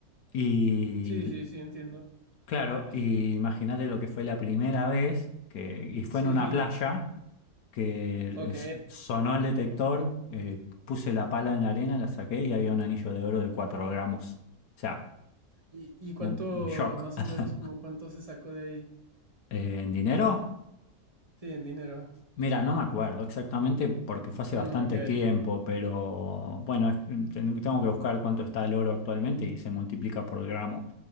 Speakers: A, on the left (about 80°); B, on the right (about 25°).
A: Y
B: Sí, sí, sí, entiendo.
A: Claro, y imagínate lo que fue la primera vez que, y fue
B: Sí.
A: en una playa que
B: Ok.
A: es- sonó el detector, eh, puse la pala en la arena, la saqué y había un anillo de oro de 4 gramos. O sea,
B: ¿Y, y cuánto,
A: un un shock.
B: más
A: <laughs>
B: o menos, como cuánto se sacó de ahí?
A: Eh, ¿En dinero?
B: Sí, en dinero.
A: Mira, no me acuerdo exactamente porque fue hace
B: Mm,
A: bastante
B: ok.
A: tiempo, pero bueno, es- ten- tengo que buscar cuánto está el oro actualmente y se multiplica por gramo.